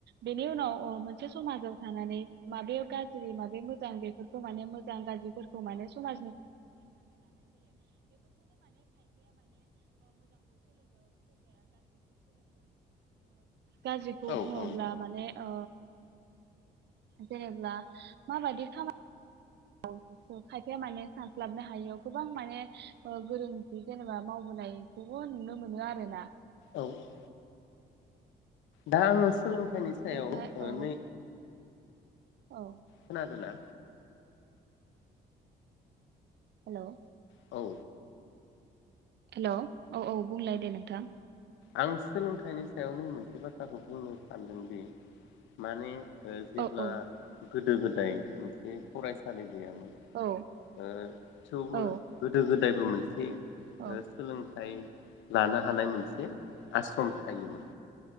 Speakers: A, on the right; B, on the left.
A: बेनि उनाव मोनसे समाजाव थानानै माबे गाज्रि माबे मोजां बेफोर माने मोजां गाज्रिफोरखौ माने समाज गाज्रिखौ
B: औ
A: बुङोब्ला
B: औ
A: माने ओ जेनब्ला माबायदि खामानि खायफा माने सानस्लाबनो हायियाव गोबां माने गोरोनथि जेनेबा मावबोनायखौबो नुनो मोनो आरोना
B: औ औ दा आङो
A: औ
B: सोलोंथाइनि सायाव
A: ओमफ्राय औ
B: नै
A: औ
B: खोनादों ना
A: हेल'
B: औ
A: हेल' औ औ बुंलाय दे नोंथां
B: आं सोलोंथाइनि सायाव नै मोनसे बाथ्राखौ बुंनो सानदोंदि माने जेब्ला
A: औ औ
B: गोदो गोद जाय मोनसे फरायसालि गैयामोन ओ
A: औ
B: थेवबो
A: औ
B: गोदो गोदो जायबो मोनसे
A: औ
B: हलों लानो हानाय मोनसे आस्रम थायोमोन